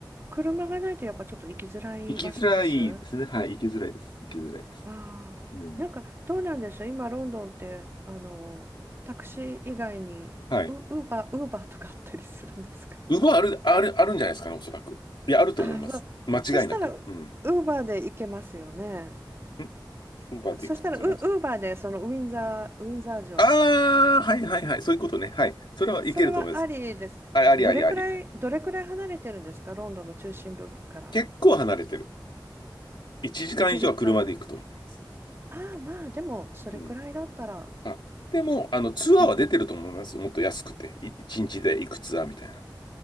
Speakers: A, on the right; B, on the left.
A: 車がないとやっぱちょっと行きづらい場所です。
B: 行きづらいですね。はい、行きづらいです。行きづらいです。
A: ああ、
B: うん。
A: なんかどうなんでしょう、今ロンドンってあのタクシー以外にウ、
B: はい。
A: ウーバー、ウーバーとかあったりするんですか
B: ウバある、ある、あるんじゃないですかね、おそらく。いや、あると思います。
A: ああ、そう、
B: 間違いなく。
A: そしたらウ
B: うん。
A: ーバーで行けますよね。
B: んウバで行くっていうのは。
A: そしたらウ、ウーバーでそのウィンザー、ウィンザー城、
B: ああ、はいはいはい。そういうことね。はい。それはいけると思います。
A: それはありです。
B: ありありありあり。
A: どれくらい、どれくらい離れてるんですか、ロンドンの中心部から。
B: 結構離れてる。1時間以上は車で行くと思います。
A: 1時間。ああ、まあでもそれくらいだったら。
B: うん。あ、でも、あの、ツアーは出てると思います。
A: うん
B: もっと安くて。い一日で行くツアーみたいな。